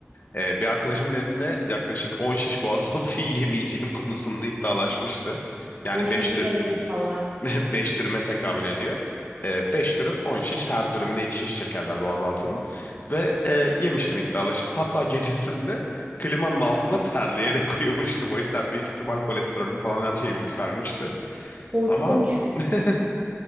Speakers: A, on the left (about 45°); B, on the right (about 30°).
A: e, bir arkadaşım benimle yaklaşık 10 şiş boğazaltı <laughs> yiyemeyeceğim konusunda iddialaşmıştı. Yani
B: O işe
A: 5
B: şivedir inşallah.
A: 5 <laughs> dürüme tekabül ediyor. E, 5 dürüm on şiş her dürümüne 2 şiş çekerler boğazaltının ve e, yemiştim iddialaşıp hatta gecesinde klimanın altında terleyerek <laughs> uyumuştum o yüzden büyük ihtimal kolesterolüm falan her şeyim yükselmişti
B: Korkunç.
A: ama <laughs>